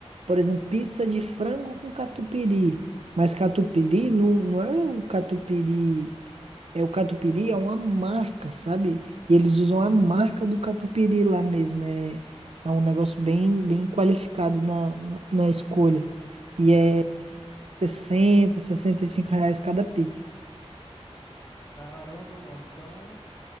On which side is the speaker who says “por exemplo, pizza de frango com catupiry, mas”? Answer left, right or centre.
Right